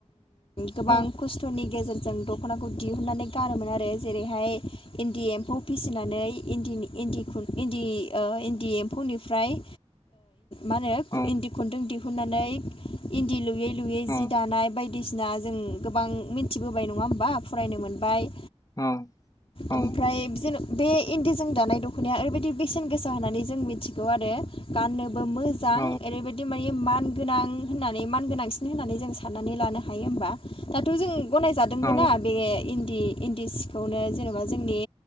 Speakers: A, on the left; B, on the left.
A: गोबां
B: औ
A: खस्थ'नि गेजेर जों दख'नाखौ दिहुनन्नानै गानोमोन आरो जेरैहाय इन्दि एम्फौ फिसिनानै इन्दि इन्दि इन्दि ओ इन्दि ओ एम्फौनिफ्राय मा होनो
B: औ
A: इन्दि खुन्दुं दिहुननानै इन्दि लुयै लुयै
B: औ
A: जि दानाय बाय बायदिसिना जों गोबां मिथिबोबाय नङा होमबा फरायनो मोनबाय
B: औ औ
A: ओमफ्राय जेन बे इन्दिजों दानाय दख'नाया ओरैबायदि बेसेन गोसा होननानै जों मिथिगौ आरो गाननो। बो मोजां
B: औ
A: ओरै बायदि माने मा न गोनां होननानै मान गोनांसिन होननानै जों साननानै लानो हायो होमबा दाथ' जों गनायजादोंबोनना
B: औ
A: बे इन्दि इन्दि सिखौनो जेनेबा जोंनि